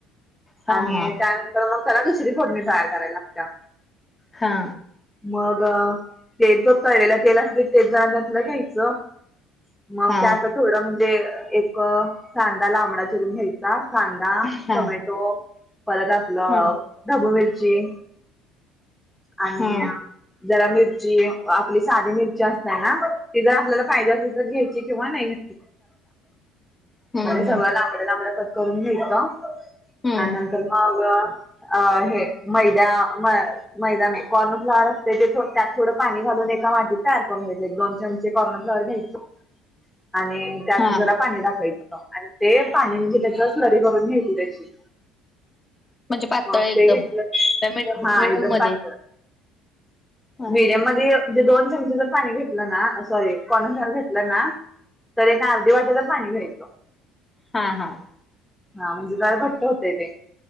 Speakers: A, on the left; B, in the centre.
A: हा
B: आणि
A: हा
B: त्यानंतर मग त्याला दुसरी फोडणी तयार करायला लागत्या.
A: हा.
B: मग ते जो तळेला तेल असते तेच जणातलं घ्यायचं. मग,
A: हा
B: त्या आता थोडं म्हणजे एक कांदा लांबडा चिरून घ्यायच. <unintelligible> कांदा,
A: हा
B: टोमॅटो परत आपलं
A: हा
B: ढबू मिरची आणि
A: हा
B: जरा मिरची आपली साधी मिरची असत्या ना, ती जर आपल्याला पाहिजे असली तर घ्याय
A: हम्म
B: <unintelligible> सगळं
A: हम्म
B: लांब <unintelligible> लांबडं कट करून घ्यायचं
A: हम्म
B: आणि नंतर मग अ हे मैदा म मैदा नाय, कॉर्नफ्लावर असतंय ते त्यात थोडं पाणी घालून एका वाटीत तयार करून घ्यायचं. एक दोन चमचे कॉर्नफ्लॉवर घ्यायचे आणि त्यात
A: हा
B: जरा पाणी टाकायचं आणि ते पाणी म्हणजे त्याच्यावर स्लरी करून घ्यायची त्याची.
A: म्हणजे पातळ
B: मग
A: एकदम
B: ते घेतलं,
A: त्या मिडयम
B: हा
A: मिडयम
B: एकदम
A: मध्ये
B: पाातळ.
A: हा
B: मीडियम मध्ये म्हणजे दोन चमचे जर पाणी घेतलं ना, सॉरी काँफ्लॉवर घेतलं ना तर एक अर्धी वाटी तर पाणी घ्यायचं.
A: हा हा.
B: हा म्हणजे जरा घट्ट होतंय ते.